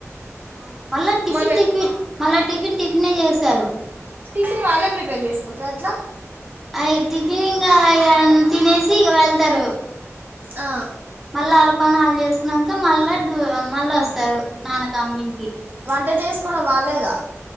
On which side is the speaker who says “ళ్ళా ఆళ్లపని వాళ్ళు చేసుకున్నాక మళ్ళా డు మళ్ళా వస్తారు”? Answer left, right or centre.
Centre